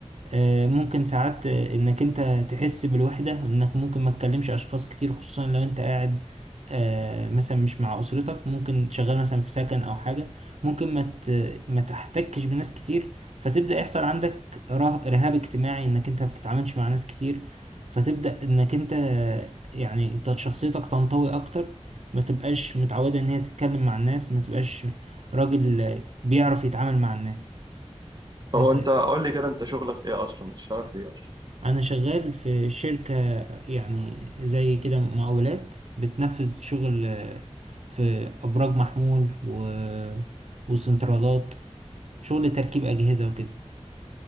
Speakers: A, on the right (about 75°); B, on the right (about 40°).
A: آه، ممكن ساعات آه، انك انت تحس بالوحدة انك ممكن ما تكلمش اشخاص كتير خصوصا لو انت قاعد آه، مثلا مش مع اسرتك ممكن شغال مثلا في سكن او حاجة ممكن ما ت- ما تحتكش بناس كتير فتبدأ يحصل عندك ره- رهاب اجتماعي انك انت ما بتتعاملش مع ناس كتير فتبدأ انك انت آه، يعني ت- شخصيتك تنطوي اكتر ما تبقاش متعودة ان هي تتكلم مع الناس ما تبقاش راجل آه، بيعرف يتعامل مع الناس
B: هو
A: انت
B: انت قول لي كده انت شغلك ايه اصلا بتشتغل في ايه اصلا
A: انا شغال في شركة يعني زي كده مقاولات بتنفذ شغل آه، في ابراج محمول و... وسنترالات شغل تركيب اجهزة وكده